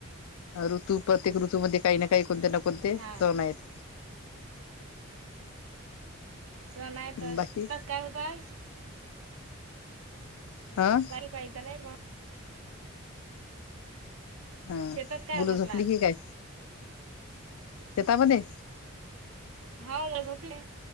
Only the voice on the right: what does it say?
हा
सण नाही त
शिकतात काय होतासं.
त्याल काही त नाही बॉ.
शेतात काय
म्हटलं
हा झोपली